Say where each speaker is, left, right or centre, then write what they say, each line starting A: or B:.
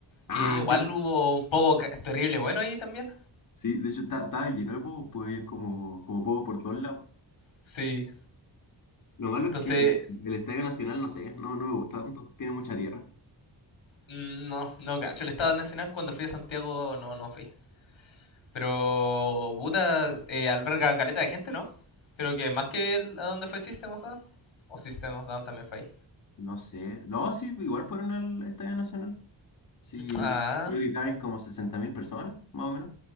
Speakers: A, on the left (about 45°); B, on the left (about 85°).
A: Ah,
B: que igual
A: sí.
B: hubo un poco ca- terrible bueno ahí también.
A: Sí, de hecho está- estaba lleno de pogos, pues habían como, como pogos por todos lados.
B: Sí.
A: Lo malo
B: Entonces,
A: es que el Estadio Nacional, no sé, no, no me gusta tanto, tiene mucha tierra.
B: mm, no, no cacho el Estado Nacional cuando fui a Santiago no no fui. Pero Buda eh, alberga caleta de gente, ¿no? Creo que más que el- a donde fue System of a Down. O System of a Down también fue ahí.
A: No sé. No, sí, igual fueron al Estadio Nacional. Sí,
B: Ah,
A: creo que caben como 60.000 personas, más o menos.